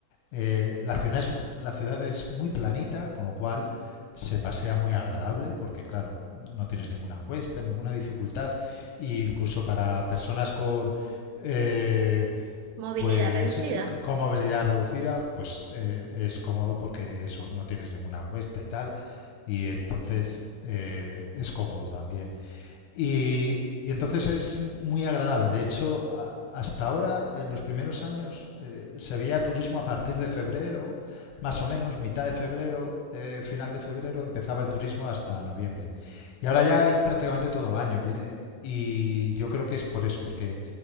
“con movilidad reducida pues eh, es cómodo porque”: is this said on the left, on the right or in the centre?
Left